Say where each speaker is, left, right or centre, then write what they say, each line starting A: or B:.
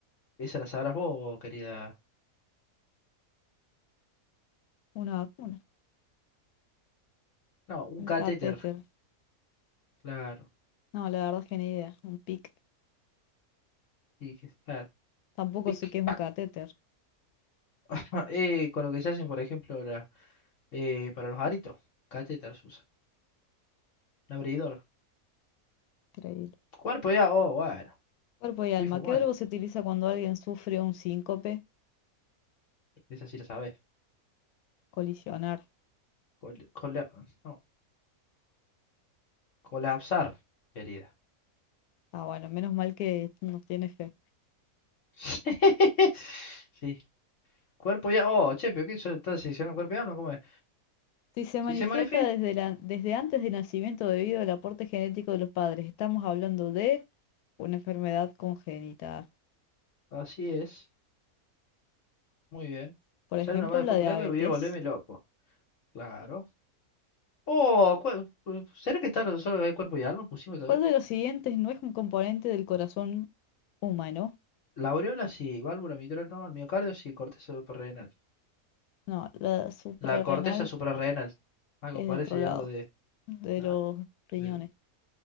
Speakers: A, on the left (about 60°); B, on the left (about 85°).
A: Esa la sabrás vos, querida.
B: Una vacuna.
A: No, un
B: Un
A: catéter,
B: catéter.
A: claro.
B: No, la verdad es que ni idea. Un PIC.
A: Y que- claro.
B: Tampoco
A: PIC,
B: sé qué es un
A: pac.
B: catéter.
A: <laughs> Eh, con lo que se hacen, por ejemplo, la, eh, para los aritos. Catéter se usa. Un abridor.
B: Increíble.
A: Cuerpo ya, oh, bueno.
B: Cuerpo y alma.
A: Infumable.
B: ¿Qué verbo se utiliza cuando alguien sufre un síncope?
A: Esa sí la sabés.
B: colisionar.
A: Col- cola- no, colapsar, querida.
B: Ah, bueno, menos mal que nos tiene fe.
A: <laughs> Sí. Cuerpo ya, oh, che, pero ¿qué eso está seccionando cuerpo y alma? ¿Cómo es?
B: Si se
A: Si
B: manifiesta
A: se manifiesta,
B: desde, la, desde antes del nacimiento debido al aporte genético de los padres, estamos hablando de una enfermedad congénita,
A: así es. Muy bien.
B: por ejemplo
A: Sale una más de
B: la
A: cuerpo
B: diabetes.
A: y alma y voy a volverme loco. Claro. Oh, cu- ¿será que está solo de cuerpo y alma? Pusimos todavía.
B: ¿Cuál de los siguientes no es un componente del corazón humano?
A: La aureola sí, válvula mitral no, el miocardio sí, corteza suprarrenal.
B: No, la suprarrenal
A: La corteza suprarrenal. Algo
B: es
A: parece
B: de otro lado,
A: algo de.
B: de
A: Claro.
B: los riñones.
A: de-